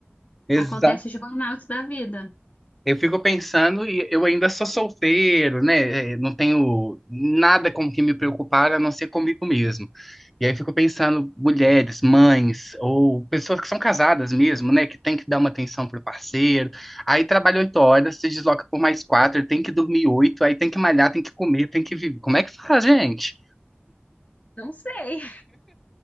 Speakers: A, in the centre; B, on the left.
A: Exato.
B: Acontece os burnouts da vida.
A: Eu fico pensando e eu ainda sou solteiro, né? É, Não tenho nada com que me preocupar a não ser comigo mesmo. E aí eu fico pensando, mulheres, mães, ou pessoas que são casadas mesmo, né? Que tem que dar uma atenção pro parceiro. Aí trabalha oito horas, se desloca por mais quatro, tem que dormir oito, aí tem que malhar, tem que comer, tem que viver. Como é que faz, gente?
B: Não sei.